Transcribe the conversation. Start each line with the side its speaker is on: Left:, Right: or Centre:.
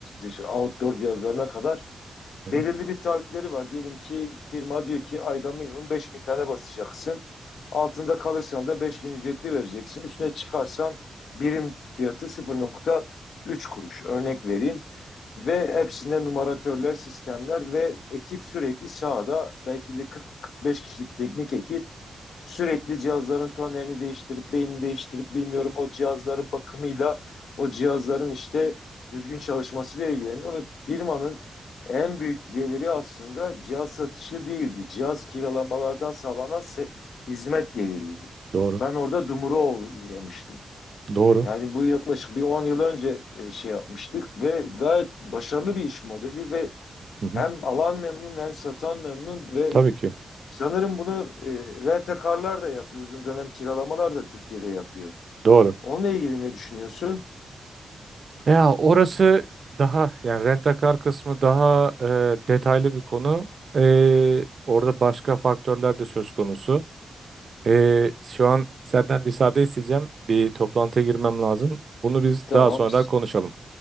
Left: işte outdoor cihazlarına kadar
Right: Hı
Left: belirli
Right: hı,
Left: bir taahhütleri var. Diyelim ki firma diyor ki ayda minimum beş bin tane basacaksın. Altında kalırsan da beş bin ücretli vereceksin. Üstüne çıkarsan birim fiyatı 0.3 kuruş. Örnek vereyim. Ve hepsinde numaratörler, sistemler ve ekip sürekli sahada belki de 40-45 kişilik teknik ekip Sürekli cihazların tonlerini değiştirip, beynini değiştirip bilmiyorum o cihazların bakımıyla, o cihazların işte düzgün çalışmasıyla ilgileniyor ve firmanın en büyük geliri aslında cihaz satışı değildi. Cihaz kiralamalardan sağlanan se- hizmet geliriydi.
Right: Doğru,
Left: Ben orada dumura uğ- uğramıştım.
Right: doğru.
Left: Yani bu yaklaşık bir 10 yıl önce e, şey yapmıştık ve gayet başarılı bir iş modeli ve
Right: Hı hı,
Left: hem alan memnun hem satan memnun ve
Right: tabii ki.
Left: Sanırım bunu e, rent-a-car'lar da yapıyor. Uzun dönem kiralamalar da Türkiye'de yapıyor.
Right: Doğru.
Left: Onunla ilgili ne düşünüyorsun?
Right: Ya orası daha yani rent-a-car kısmı daha e, detaylı bir konu. E, orada başka faktörler de söz konusu. E, şu an senden müsaade isteyeceğim. Bir toplantıya girmem lazım. Bunu biz
Left: Tamam.
Right: daha sonra konuşalım.